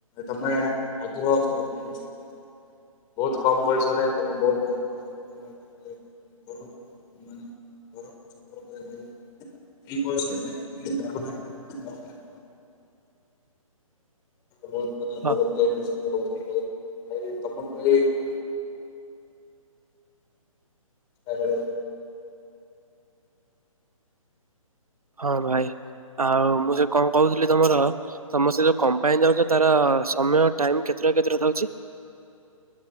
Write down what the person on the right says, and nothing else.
ହଁ
ହଁ ଭାଇ ଆଉ ମୁଁ ସେ କ'ଣ କହୁଥିଲି? ତମର ତମେ ସେ ଯୋଉ କମ୍ପାନୀ ଯାଉଛ। ତାର ସମୟ ଟାଇମ କେତେଟା କେତେଟା ଯାଉଛି।